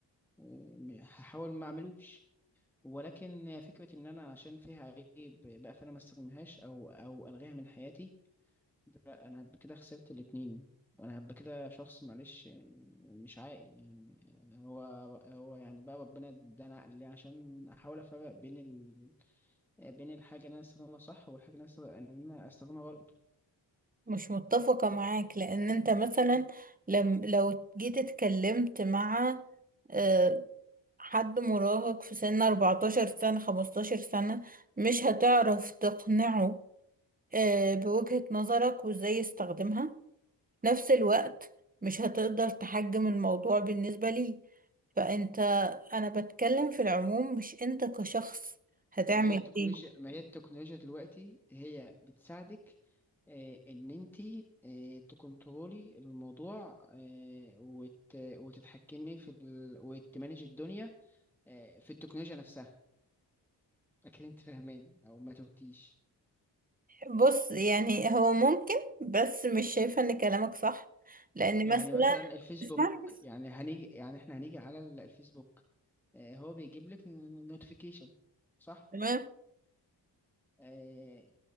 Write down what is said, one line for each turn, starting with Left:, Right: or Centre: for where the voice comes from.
Centre: م- هحاول ما اعملوش ولكن فكرة ان انا عشان فيها عيب بقى فانا ما استخدمهاش او او الغيها من حياتي لا انا هبقى كده خسرت الاتنين انا هبقى كده شخص معلش مش عاقل يعني هو هو يعني بقى ربنا ادانا عقل ليه عشان احاول افرق بين ال... بين الحاجة اللي انا استخدمها صح والحاجة اللي انا استخدمها غلط
Right: مش متفقة معاك لأن أنت مثلا لم لو جيت اتكلمت مع آه، حد مراهق في سن 14 سنة 15 سنة مش هتعرف تقنعه آه، بوجهة نظرك وازاي يستخدمها نفس الوقت مش هتقدر تحجم الموضوع بالنسبة ليه فأنت أنا بتكلم في العموم مش أنت كشخص هتعمل
Centre: ما هي التكنولوجيا
Right: ايه
Centre: ما هي التكنولوجيا دلوقتي هي بتساعدك آه، ان انت آه، تكنترولي الموضوع آه، وت- وتتحكمي في ال... وتمانج الدنيا آه، في التكنولوجيا نفسها اكيد انت فاهمين او ما توتيش
Right: بص يعني هو ممكن بس مش شايفة ان كلامك صح لأن
Centre: يعني
Right: مثلا
Centre: مثلا الفيسبوك
Right: اسمعني بس
Centre: يعني هنيجي يعني احنا هنيجي على الفيسبوك آه، هو بيجيب لك نوتيفيكيشن صح
Right: تمام
Centre: آه،